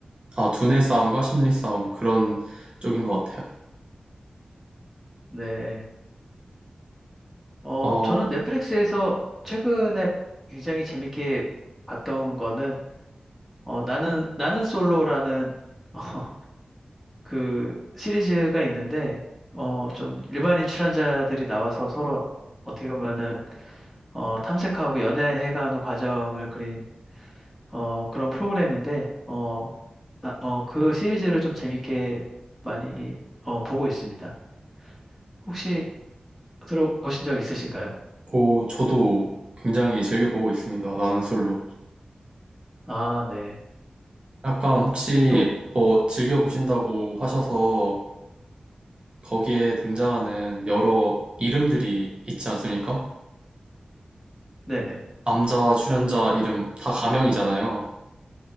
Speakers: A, on the right (about 40°); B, in the centre.
A: 아, 두뇌 싸움과 심리 싸움, 그런 쪽인 것 같아요.
B: 네. 어,
A: 어,
B: 저는 넷플릭스에서 최근에 굉장히 재밌게 봤던 거는, 어, 나는, 나는 솔로라는, <laughs> 어, 그 시리즈가 있는데, 어, 좀 일반인 출연자들이 나와서 서로 어떻게 보면은, 어, 탐색하고 연애해가는 과정을 그린, 어, 그런 프로그램인데, 어, 나- 어, 그 시리즈를 좀 재밌게 많이, 어, 보고 있습니다. 혹시 들어보신 적 있으신가요?
A: 오, 저도 굉장히 즐겨보고 있습니다. 나는 솔로.
B: 아, 네.
A: 약간 혹시
B: 또,
A: 뭐 즐겨보신다고 하셔서 거기에 등장하는 여러 이름들이 있지 않습니까?
B: 네네.
A: 남자 출연자 이름 다 가명이잖아요.